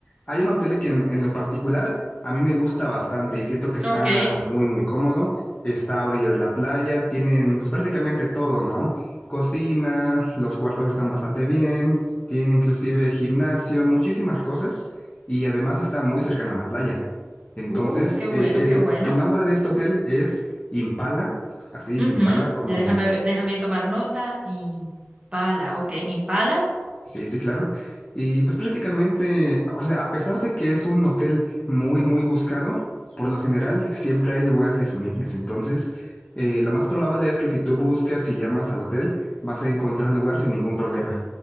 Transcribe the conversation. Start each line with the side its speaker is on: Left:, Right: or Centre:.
Left: hay un hotel que en, en lo particular a mí me gusta bastante y siento que está
Right: Ok.
Left: muy, muy cómodo. Está a orilla de la playa, tienen pues prácticamente todo, ¿no? Cocina, los cuartos están bastante bien tiene inclusive gimnasio, muchísimas cosas y además está muy cercano a la playa. Entonces,
Right: Uh, qué bueno,
Left: eh,
Right: qué
Left: eh,
Right: bueno.
Left: el nombre de este hotel es Impala, así
Right: Ujú,
Left: Impala como,
Right: Déjame, déjame tomar nota. Impala, ok, Impala.
Left: sí, sí, claro. Y pues prácticamente, o sea, a pesar de que es un hotel muy, muy buscado, por lo general siempre hay lugares disponibles. Entonces, eh, lo más probable es que si tú buscas y llamas al hotel, vas a encontrar lugar sin ningún problema.